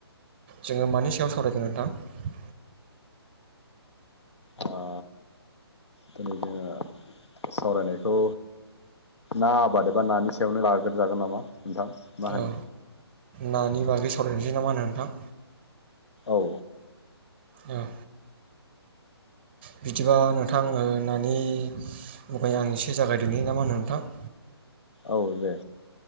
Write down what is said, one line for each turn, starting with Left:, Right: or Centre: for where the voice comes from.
Right: जोङो मानि सायाव सावरायगोन नोंथां?
Left: ओ दिनै जोङो सावरायनायखौ ना आबाद एबा नानि सायावनो लाग्रोजागोन नामा? नोंथां मा होनो?
Right: औ नानि बागै सावरायनोसै ना मा होनो नोंथां?
Left: औ।
Right: उम। बिदिबा नोंथां ओ नानि मुङै आं एसे जागायदोनि नामा नोंथां? <inaudible>
Left: औ दे।